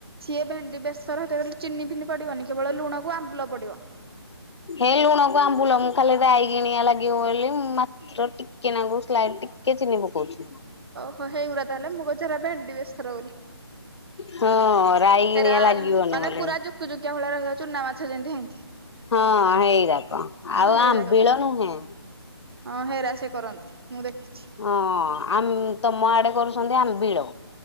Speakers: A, on the right (about 65°); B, on the left (about 85°).
A: ସିଏ ଭେଣ୍ଡି ବେଶର ହେଥିରେ ଚିନି ଫିନି ପଡିବନି କେବଳ ଲୁଣକୁ ଆମ୍ବୁଲ ପଡିବ।
B: ହେ ଲୁଣ କୁ ଆମ୍ବୁଲ ମୁଁ ଖାଲି ରାଇ କିିଣଆ ଲାଗିବ ବୋଲି ମାତ୍ର ଟିକେ ନଗୁ ସ୍ଲାଇଟ। ଟିକେ ଚିନି ପକଉଛି।
A: ଓହୋ ହେଇଗୁର ତାହେଲେ ମୁଁ କହୁଛି ହେରା ଭେଣ୍ଡି ବେସର ବୋଲି।
B: ହଁ ରାଇଗିଣିଆ
A: ହେରାଲ
B: ଲାଗିବନି
A: ମାନେ
B: ମତେ
A: ପୁରା ଜୁକ୍ ଜୁକିଆ ଭଳିଆ ଚୁନା ମାଛ ଯେମତି ହେମତି।
B: ହଁ ହେଇରାକ ଆଉ
A: ହେଇରାକ
B: ଆମ୍ବିଳ
A: ତାହେଲେ
B: ନୁହେଁ।
A: ହଁ ହେଇରା ସେ କରନ୍ତି। ମୁଁ ଦେଖିଛି
B: ହଁ ଆମ ତମ ଆଡେ କରୁଛନ୍ତି ଆମ୍ବିଳ।